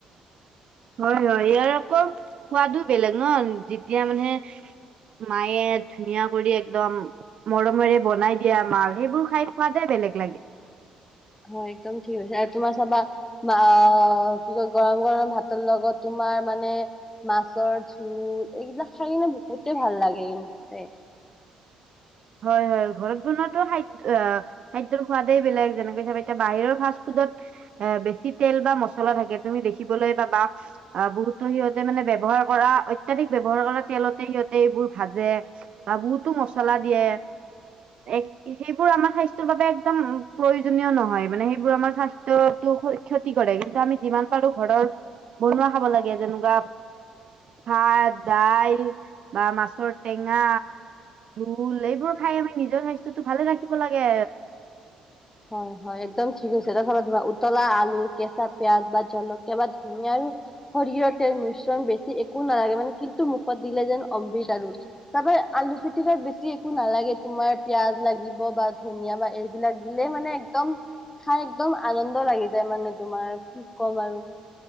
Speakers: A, on the right; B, on the left.
A: হয়, হয়, ইয়াৰ আকৌ সোৱাদো বেলেগ ন', যেতিয়া মানে, মায়ে ধুনীয়া কৰি একদম মৰমেৰে বনাই দিয়া আমাৰ, সেইবোৰ খায় সোৱাদে বেলেগ লাগে।
B: হয়, একদম ঠিক কৈছা, আৰু তোমাৰ চাবা বা কি কয় গৰম, গৰম ভাতৰ লগত তোমাৰ মানে মাছৰ জোল এইবিলাক খায় কিনে বহুতে ভাল লাগে কিন্তু দেই।
A: হয়, হয়, ঘৰত বনোৱাটো খাদ খাদ্যৰ সোৱাদেই বেলেগ, যেনেকে চাবা এতিয়া বাহিৰৰ ফাষ্টফুডত এ বেছি তেল বা মচলা থাকে তুমি দেখিবলৈ পাবা। আ, বহুতো সিহঁতে মানে ব্যৱহাৰ কৰা অই অত্যাধিক ব্যৱহাৰ কৰা তেলতে সিহঁতে এইবোৰ ভাজে বা বহুতো মচলা দিয়ে। এক সেইবোৰ আমাৰ স্বাস্থ্যৰ বাবে একদম প্ৰয়োজনীয় নহয়, মানে সেইবোৰ আমাৰ স্বাস্থ্যটো হৈ ক্ষতি কৰে, কিন্তু আমি যিমান পাৰো ঘৰৰ বনোৱা খাব লাগে, যেনেকুৱা ভাত, দাইল বা মাছৰ টেঙা জোল, এইবোৰ খায় আমি নিজৰ স্বাস্থ্যটো ভালে ৰাখিব লাগে।
B: হয়, হয়, একদম ঠিক কৈছে, এতিয়া চাবা তোমাৰ উতলা আলু, কেঁচা পিয়াজ বা জলকীয়া বা ধনীয়াইও সৰিয়হৰ তেল মিশ্ৰণ বেছি একো নালাগে, মানে কিন্তু মুখত দিলে যেন অমৃত আৰু। তাৰপৰা আলু পিটিকাত বেছি একো নালাগে, তোমাৰ পিয়াজ লাগিব বা ধনীয়া বা এইবিলাক দিলে মানে একদম, খায় একদম আনন্দ লাগি যায় মানে তোমাৰ, কি ক'ম আৰু!